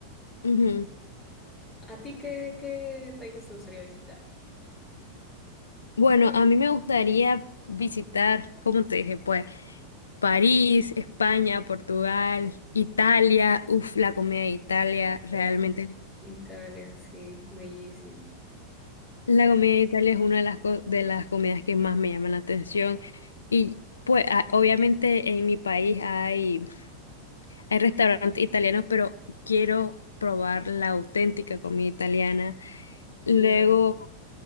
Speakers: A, on the left; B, on the left.
A: Ujú.
B: ¿A ti qué, qué países te gustaría visitar?
A: Bueno, a mí me gustaría visitar, como te dije, pues, París, España, Portugal, Italia. Uf, la comida de Italia,
B: Claro,
A: realmente.
B: Italia, sí, bellísimo.
A: La comida de Italia es una de las, co- de las comidas que más me llama la atención. Y pues, a- obviamente en mi país hay... Hay restaurantes italianos, pero quiero probar la auténtica comida italiana. Luego,
B: claro.